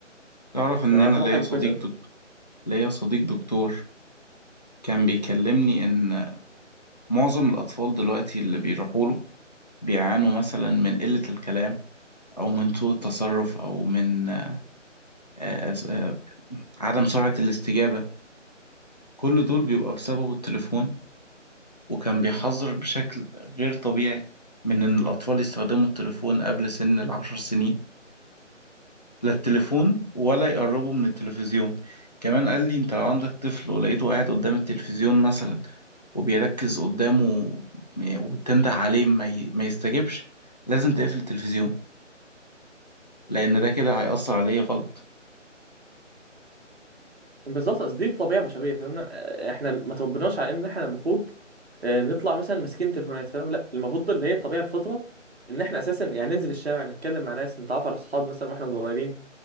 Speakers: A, on the left; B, on the right.
A: تعرف ان
B: يعني
A: انا
B: يعتبر
A: ليا
B: حاجه
A: صديق
B: كويسه قوي
A: دكتور ليا صديق دكتور كان بيكلمني ان معظم الاطفال دلوقتي اللي بيروحوا له بيعانوا مثلا من قلة الكلام أو من سوء التصرف أو من آه، آه، عدم سرعة الاستجابة كل دول بيبقى بسبب التليفون وكان بيحذر بشكل غير طبيعي من إن الأطفال يستخدموا التليفون قبل سن العشر سنين لا التليفون ولا يقربوا من التلفزيون كمان قال لي أنت لو عندك طفل ولقيته قاعد قدام التلفزيون مثلا وبيركز قدامه وتنده عليه ما ي- ما يستجبش لازم تقفل التلفزيون لأن ده كده هيأثر عليه غلط
B: بالظبط اصل دي طبيعه بشريه فاهمنا احنا ما تربناش على ان احنا المفروض آه، نطلع مثلا ماسكين تليفونات فاهم لا المفروض اللي هي الطبيعه الفطره ان احنا اساسا يعني ننزل الشارع نتكلم مع ناس نتعرف على اصحاب مثلا واحنا صغيرين